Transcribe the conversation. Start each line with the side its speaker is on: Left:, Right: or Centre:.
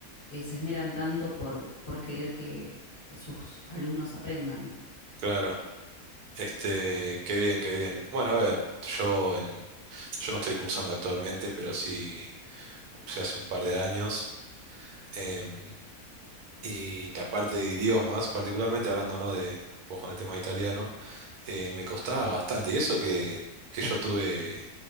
Left: eh, se esmeran tanto por, por querer que sus alumnos aprendan.
Right: Claro. Este, qué bien, qué bien. Bueno, a ver, yo en, yo no estoy cursando actualmente, pero sí cursé hace un par de años. em, y la parte de idiomas, particularmente hablando, ¿no? de vos con el tema de italiano, eh, me costaba bastante. Y eso que, que yo tuve eh,